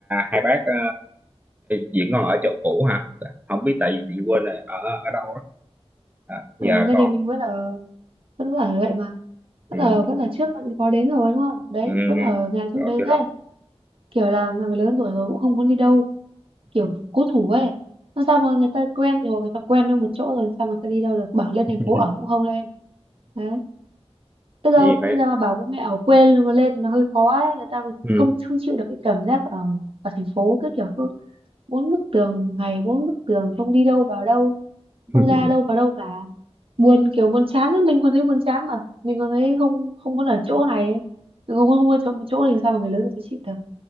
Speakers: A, on the right; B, on the right.
A: hai bác ờ, diễn còn ở chỗ cũ hả không biết tại vì chị quên là ở ở đâu á à, giờ
B: Ờ, gia
A: còn
B: đình mình vẫn ở vẫn ở vậy mà
A: ừ,
B: vẫn ở vẫn ở trước bạn có đến rồi đúng không đấy
A: ừ,
B: vẫn ở nhà
A: ở
B: trước đấy
A: chỗ đó
B: thế kiểu là người lớn tuổi rồi cũng không muốn đi đâu kiểu
A: ừ.
B: cố thủ ấy nó sao mà người ta quen rồi người ta quen ở một chỗ rồi sao mà người ta đi đâu được bảo lên thành
A: <laughs>
B: phố ở cũng không lên đấy bây giờ
A: gì phải
B: bây giờ mà bảo bố mẹ ở quê luôn lên nó hơi khó ấy người ta
A: ừ.
B: không không chịu được cái cảm giác ở ở thành phố cứ kiểu cứ bốn bức tường ngày bốn bức tường không đi đâu vào đâu không
A: <laughs>
B: ra đâu vào đâu cả buồn kiểu buồn chán ấy. mình còn thấy buồn chán mà mình còn thấy không không muốn ở chỗ này ấy. Mình không muốn không muốn ở chỗ một chỗ thì sao mà người lớn người ta chịu được